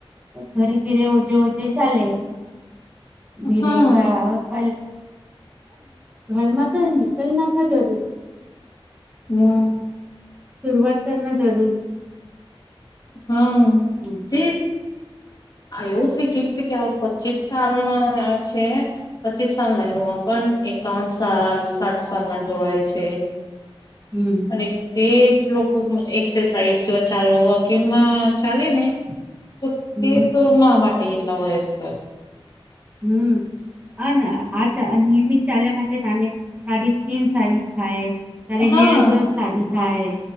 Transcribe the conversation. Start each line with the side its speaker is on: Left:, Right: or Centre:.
Right: ધરે ધીરે ઓજે ઓજે ચાલે. ધીરે
Left: હા
Right: કા પ ઘરમાં સર નિકલના. હ જરૂ.
Left: હમ.
Right: સુરઆત કરના જરૂર.
Left: હા
Right: હમ
Left: તે. આ એવું થઇ ગયું છે કે પચીસ સાલ ના છે. પચીસ સાલ ના યુવા પણ એકાવન સાલ સાઠ સાલ ના જોવાય છે.
Right: હમ.
Left: અને તે લોકો એક્સરસાઇઝ કે ચાલ વોકિંગમાં ચાલે ને. તો તે
Right: હમ
Left: તો ના માટે એટલા વયસ્ક.
Right: હમ. હા આ નિયમિત ચાલે માટે તને તારી સ્કીિન સારી થાય. ત્યારે
Left: હા
Right: હેર ગ્રથ સારી થાય